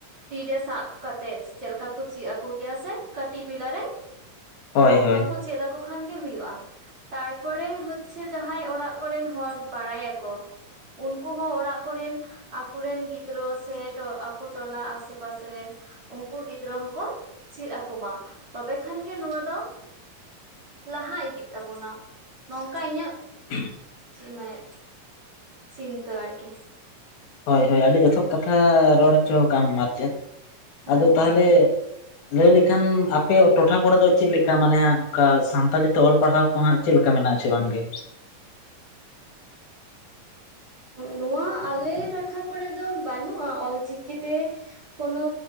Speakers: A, on the right; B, on the left.
A: ᱛᱤᱨᱮ ᱥᱟᱵ ᱠᱟᱛᱮᱜ ᱪᱮᱫ ᱞᱮᱠᱟ ᱠᱚ ᱪᱮᱫ ᱟᱠᱚ ᱜᱮᱭᱟ ᱥᱮ ᱠᱟᱹᱴᱤᱡ ᱵᱮᱞᱟ ᱨᱮ
B: ᱦᱳᱭ
A: ᱚᱱᱠᱟ
B: ᱦᱳᱭ
A: ᱠᱚ ᱪᱮᱫ ᱠᱚ ᱠᱷᱟᱱ ᱜᱮ ᱦᱩᱭᱩᱜᱼᱟ ᱛᱟᱨᱯᱚᱨᱮ ᱦᱚᱪᱪᱷᱮ ᱡᱟᱦᱟᱸᱭ ᱚᱲᱟᱜ ᱠᱚᱨᱮᱱ ᱦᱚᱲ ᱵᱟᱲᱟᱭᱟᱠᱚ ᱩᱱᱠᱩ ᱦᱚᱸ ᱚᱲᱟᱜ ᱠᱚᱨᱮᱱ ᱟᱠᱚᱨᱮᱱ ᱜᱤᱫᱽᱨᱟᱹ ᱥᱮ ᱟᱠᱚ ᱴᱚᱞᱟ ᱟᱥᱮ ᱯᱟᱥᱮ ᱨᱮᱱ ᱩᱱᱠᱩ ᱜᱤᱫᱽᱨᱟᱹ ᱦᱚᱸᱠᱚ ᱪᱮᱫ ᱟᱠᱚᱢᱟ ᱛᱚᱵᱮ ᱠᱷᱟᱱ ᱜᱮ ᱱᱚᱣᱟ ᱫᱚ ᱞᱟᱦᱟ ᱤᱫᱤᱜ ᱛᱟᱵᱚᱱᱟ ᱱᱚᱝᱠᱟ ᱤᱧᱟᱹᱜ
B: <inaudible>
A: ᱪᱮᱫ ᱢᱟᱱᱮ ᱪᱤᱱᱛᱟᱹ ᱟᱨᱠᱤ
B: ᱦᱳᱭ ᱦᱳᱭ ᱟᱹᱰᱤ ᱡᱚᱛᱷᱟᱛ ᱠᱟᱛᱷᱟ ᱨᱚᱲ ᱦᱚᱪᱚ ᱠᱟᱜ ᱟᱢ ᱟᱨ ᱪᱮᱫ
A: ᱦᱳᱭ
B: ᱟᱫᱚ ᱛᱟᱦᱚᱞᱮ
A: ᱦᱳᱭ
B: ᱞᱟᱹᱭ ᱞᱮᱠᱷᱟᱱ ᱟᱯᱮᱭᱟᱜ ᱴᱚᱴᱷᱟ ᱠᱚᱨᱮ ᱫᱚ ᱪᱮᱫ ᱞᱮᱠᱟ ᱢᱟᱱᱮ ᱚᱱᱠᱟ ᱥᱟᱱᱛᱟᱞᱤ ᱛᱮ ᱚᱞ ᱯᱟᱲᱦᱟᱣ ᱠᱚ ᱦᱟᱸᱜ ᱪᱮᱫ ᱞᱮᱠᱟ ᱢᱮᱱᱟᱜᱼᱟ ᱟᱪᱮ ᱵᱟᱝᱜᱮ
A: <inaudible> ᱱᱚᱣᱟ ᱟᱞᱮ ᱴᱚᱴᱷᱟ ᱠᱚᱨᱮ ᱫᱚ ᱵᱟᱹᱱᱩᱜᱼᱟ ᱚᱞᱪᱤᱠᱤᱛᱮ ᱠᱚᱱᱚ